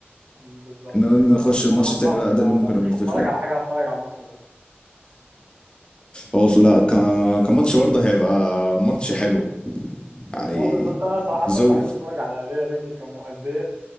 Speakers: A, on the right (about 45°); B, on the left (about 25°).
A: بالظبط
B: ان
A: كده
B: نخش
A: انا
B: الماتش
A: انا
B: التاني
A: هتفرج
B: بقى ده
A: انا
B: اللي ممكن
A: لو مش
B: يكون فيه
A: هتفرج
B: خلاف
A: على حاجه هتفرج على الماتش ده
B: هو بس- لا ك- كماتش برضه هيبقى ماتش حلو يعني
A: اه بالظبط انا صراحه
B: زوي
A: بحب اتفرج على ريا ريبلي كمؤديه